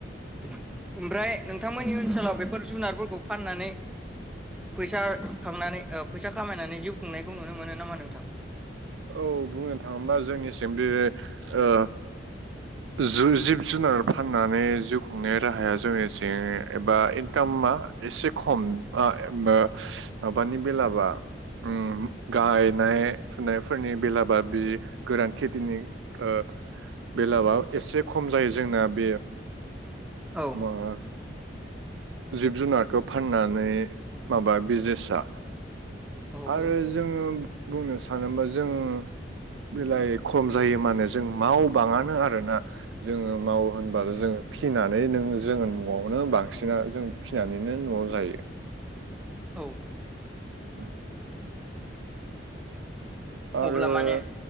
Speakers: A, in the centre; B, on the right (about 80°).
A: <inaudible> ओमफ्राय नोंथांमोननि ओनसोलाव बेफोर जुनारफोरखौ फाननानै फैसा खांनानै ओ फैसा खामायनानै जिउ खुंनायखौ नुनो मोनो नामा नोंथां?
B: औ बुंनो थाङोबा जोंनिसिम बे ओ जो जिब जुनार फाननानै जिउ खुंनाय राहाया जोंनिथि बा इनकामा एसे खम <unintelligible> माबानि बेलाबा उम गायनाय फुनाय फोरनि बेलाबा बे गोरान खेथिनि ओ बेलाबा एसे खम जायो जोंना बे
A: औ
B: माबा जिब जुनारखौ फाननानै माबा बिजनेसा
A: औ
B: आरो
A: औ
B: जोङो बुंनो सानोबा जों बेलाइ खम जायो माने जों मावबाङानो आरोना जोङो मावो होनबाल' जों फिनानै नों जोङो न'आवनो बांसिना जों फिसिनानैनो न'आव जायो।
A: औ।
B: औ। आरो
A: अब्ला माने